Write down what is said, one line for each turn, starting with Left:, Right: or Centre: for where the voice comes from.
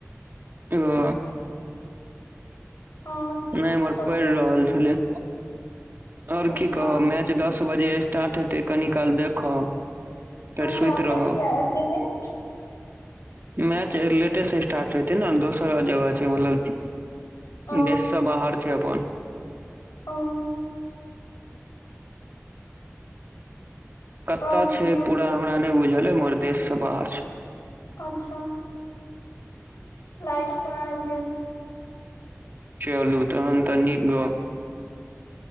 Right: <inaudible>
Left: और
Right: न‌इ इम्हर
Left: सब
Right: पैयर
Left: कहियौ
Right: रहल छलै और
Left: अच्छा
Right: की कहब मैच दस बजे स्टार्ट हेतै कनी काल देखब
Left: अच्छा
Right: फेर सुति
Left: से
Right: रहब
Left: किएक एते लेट
Right: मैच लेटेस स्टार्ट हेतै ने दोसर जगह छैय मतलब
Left: ओ
Right: देश सँ बाहर छैय अप्पन
Left: ओ
Right: कत‌अ
Left: और
Right: छैय
Left: सुनबियौ
Right: पूरा हमरा नहि बुझल ऐय मगर देश स बाहर छैय
Left: अच्छा लाइट आयब गेल
Right: चलू तहन तऽ नीक गप